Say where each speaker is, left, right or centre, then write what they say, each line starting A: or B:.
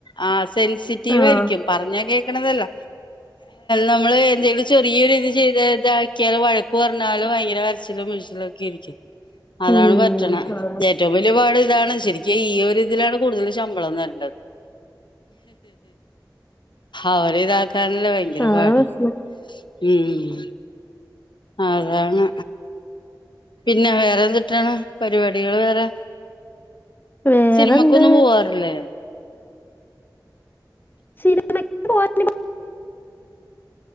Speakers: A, on the left (about 80°); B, on the left (about 25°).
A: ആ സെൻസിറ്റീവായിരിക്കും
B: ആ.
A: പറഞ്ഞാ കേക് ക്ക്‌ ണതല്ല നമ്മള് എന്തെങ്കിലും ചെറിയ ഒരിത് ചെയ്ത് ഇതാക്കിയാ വഴക്ക്‌ പറ ന്നാലും ഭയങ്കര കരച്ചിലും മിഴിച്ചിലൊക്കെ യിരിക്കും അതാണ്
B: ഉം.
A: പറ്റ്ണേ
B: അതാണ്
A: ഏറ്റവും വൽയപാട് ഇതാണ് ശരിക്കും ഈ ഒരു ഇത് ലാണ് കൂടുതല് ശമ്പളം തരേണ്ടത് അവരെ ഇതാക്കാനല്ലേ ഭയങ്കര
B: അതാണ്
A: പാട്
B: പ്രശ്നം.
A: ഉം അതാണ് പിന്നെ വേറെ എന്തിട്ടാണ് പരിപാടികൾ വേറെ
B: വേറെന്ത്
A: സിനിമക്കൊന്നും പോവാറില്ലേ
B: സിനിമക്ക്‌ പോ <inaudible>